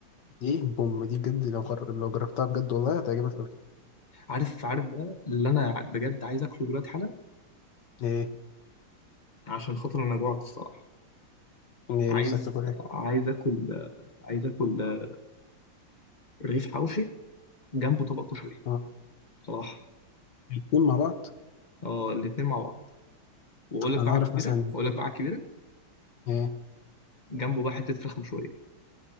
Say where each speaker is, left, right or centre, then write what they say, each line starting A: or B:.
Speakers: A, on the left (about 60°); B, on the left (about 35°).
A: دي بوم دي بجد لو خر... لو جربتها بجد والله هتعجبك قوي
B: عارف عارف بقى اللي انا ع- بجد عايز اكله دلوقتي حالا
A: ايه
B: عشان خاطر انا جوعت الصراحه
A: ايه
B: عايز
A: نفسك تاكل ايه
B: عايز اكل آه، عايز اكل آه، رغيف حوشي جنبه طبق كشري
A: اه
B: صراحه
A: الاتنين مع بعض
B: اه الاتنين مع بعض واقول لك
A: انا
B: بقى
A: اعرف
B: على الكبيره
A: مثلا
B: واقول لك بقى على الكبيره
A: ايه
B: جنبه بقى حته فراخ مشويه